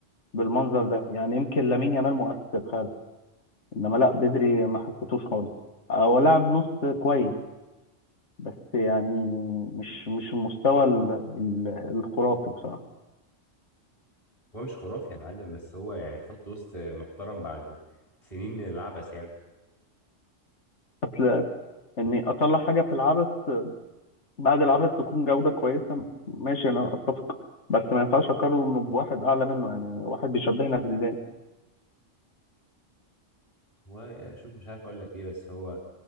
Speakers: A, on the left; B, on the left.
A: بالمنظر ده يعني يمكن لامين يامال مؤثر فعلا انما لا بدري ما حسيتوش خالص هو لعب نص كويس بس يعني مش مش المستوى ال- ال- الخرافي بصراحه
B: هو مش خرافي يا معلم بس هو يعني خط وسط محترم بعد سنين من العبث يعني
A: اصل اني اطلع حاجه في العبث بعد العبث تكون جوده كويسه ماشي انا اتفق بس ما ينفعش اقارنه بواحد اعلى منه يعني واحد بيشبهنا بزيدان
B: هو يعني شوف مش عارف اقول لك ايه بس هو